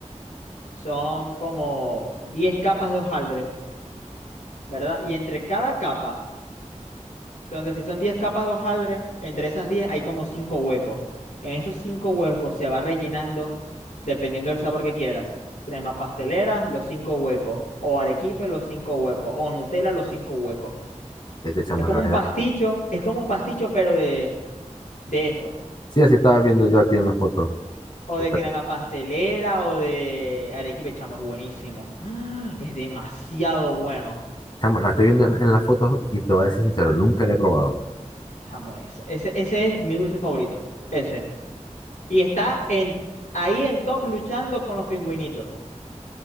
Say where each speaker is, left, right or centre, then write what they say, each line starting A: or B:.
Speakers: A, on the left; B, on the left.
A: Son como 10 capas de hojaldre, ¿verdad? Y entre cada capa, entonces si son 10 capas de hojaldre, entre esas 10 hay como 5 huecos. En esos 5 huecos se va rellenando, dependiendo del sabor que quieras, crema pastelera, los 5 huecos, o arequipe, los 5 huecos, o Nutella, los 5 huecos.
B: Vete, chamo,
A: Es como
B: la verdad.
A: un pasticho, es como un pasticho, pero de, de eso.
B: Sí, así estaba viendo yo aquí en las fotos,
A: O de
B: Porque,
A: crema pastelera o de arequipe, chamo, es buenísimo. ¡Ah! Es demasiado bueno,
B: chamo, la estoy viendo en, en las fotos y te voy a decir sincero, nunca la he probado.
A: chamo. Ese, ese, ese es mi dulce favorito. Ese. Y está en, ahí en top luchando con los pingüinitos.